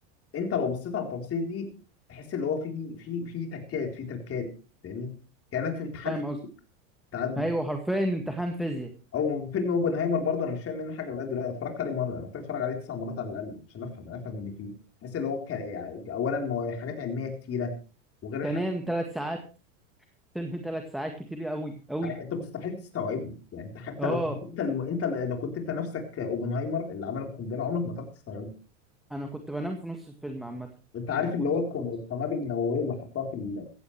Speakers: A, on the left; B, in the centre.
A: انت لو بصيت على التفاصيل دي تحس اللي هو فيه فيه فيه تكات فيه تركات فاهمني كانك في امتحان
B: فاهم
A: في
B: قصدي
A: التعدد
B: ايوه حرفيا امتحان فيزياء
A: او فيلم اوبنهايمر برضه انا مش فاهم منه حاجه لغايه دلوقتي اتفرجت عليه مره انا محتاج اتفرج عليه تسع مرات على الاقل عشان افهم افهم اللي فيه بحس اللي هو كان يعني اولا مو- حاجات علميه كتيره وغير الحاجات
B: ثانيا ثلاث ساعات فيلم ثلاث ساعات كتير قوي قوي
A: يعني انت مستحيل تستوعبه يعني انت حتى
B: اه
A: لو كنت انت اللي انت اللي- لو كنت انت نفسك اوبنهايمر اللي عمل القنبله عمرك ما تعرف تستوعبه
B: انا كنت بنام في نص الفيلم عامه
A: انت عارف
B: انا كنت
A: اللي هو القم-
B: خلاص
A: القنابل النوويه اللي حطها في ال-